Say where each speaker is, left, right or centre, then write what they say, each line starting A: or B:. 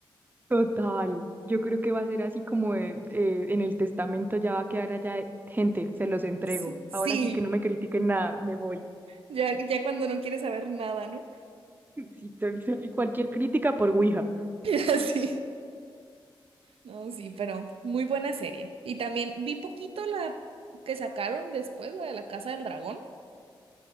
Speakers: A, on the right; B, on the right.
A: Total, yo creo que va a ser así como de, eh, en el testamento ya va a quedar allá, de, gente, se los entrego.
B: S- Sí,
A: Ahora sí que no me critiquen nada, me voy.
B: ya, ya cuando no quiere saber nada, ¿no?
A: <laughs> Sí, t- t- Cualquier crítica por Ouija.
B: <laughs> Así. No, sí, pero muy buena serie. Y también vi poquito la que sacaron después, la de la Casa del Dragón,